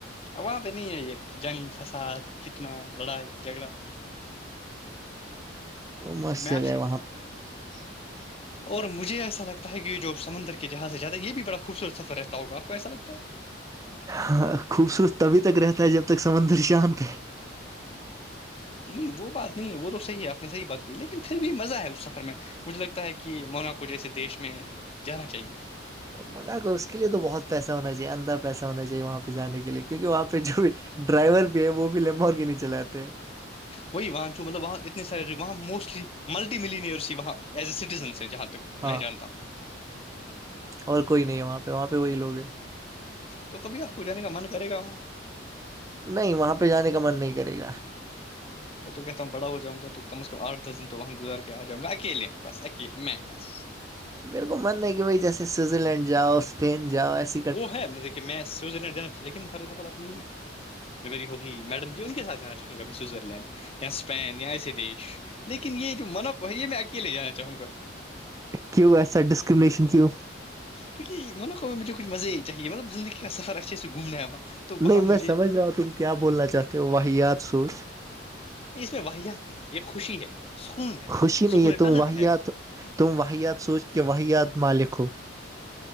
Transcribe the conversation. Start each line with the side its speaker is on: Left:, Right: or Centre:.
Left: وہاں پہ نہیں ہے یہ جنگ فساد فتنا لڑائی جھگڑا
Right: وہ مست
Left: میسک
Right: جگہ ہے <unintelligible>
Left: اور مجھے ایسا لگتا ہے کہ جو سمندر جہاز سے زیادہ یہ بھی بڑا خوبصورت سفر رہتا ہوگا آپ کو ایسا لگتا ہے
Right: ہاں خوبصورت تبھی تک رہتا ہے جب تک سمندر شانت ہے
Left: نہیں وہ بات نہیں ہے وہ تو صحیح ہے آپ نے صحیح بات کی لیکن پھر بھی مزہ ہے اس سفر میں مجھے لگتا ہے کہ مونا کو جیسے دیش میں جانا چاہیے
Right: من کر اس کے لیے بہت پیسہ ہو چیے اندر پیسہ ہونا چاہیے وہاں پہ جانے کے لیے کیونکہ وہاں پہ جو بھی ڈرائیور بھی ہے وہ بھی لمب کے نہیں چلاتے
Left: وہی وہاںن جو مطلب وہاں اتنے سارے رہے وہاں موسٹلی ملٹی ملینئرس وہاں ایز اے سٹیزنس جہاں تک تک
Right: ہاں
Left: میں جانتا ہوں
Right: اور کوئی نہیں ہے وہاں پہ وہاں پہ وہی لوگ ہیں
Left: تو کبھی آپ کو جانے کا من کرے گا وہاں
Right: نہیں وہاں پہ جانے کا من نہیں کرے گا
Left: میں تو کہتا ہوں بڑا ہواں گا توم ازمٹ دن تو وہاں گزار کے آاؤں گا ایلے میں بس اکیے میں بس
Right: میرے کو مننا ہے کہ بھائی جیسے سوئٹزرلینڈ جاؤ اسپین جاؤ ایسے
Left: وہ ہے ن دیکے میں سویزرلینڈ جانا لیکن فار ایگزامپل اپنی جو میری ہوگی میڈم جی ان کے ساتھ جا چاہوں سوئزرلینڈ یا اسپین یا ایسے دیش لیکن یہ جو منو ہے یہ میں اکیے جانا چاہوں گا
Right: کیویس سر ڈسکرمنیشن کیو
Left: کیونکہ منو میں مجھےچھ مزے ہی چاہیے مطلب زندگی کا سفر اچھے سے گھومنا ہے وہاں تو
Right: نہیں
Left: وہاں
Right: میں
Left: مجھے
Right: سمجھ رہا ہوں تم کیا بولنا چاہتے ہو وح یاد سوچ
Left: نہیں اس میں واحیات نہیں یہ خوشی ہے سکون ہے
Right: خوشی ن
Left: سکون
Right: یہ تم
Left: طلب
Right: واحیات
Left: ہے
Right: تم واحیات سوچ کہ واحیات مال لک ہو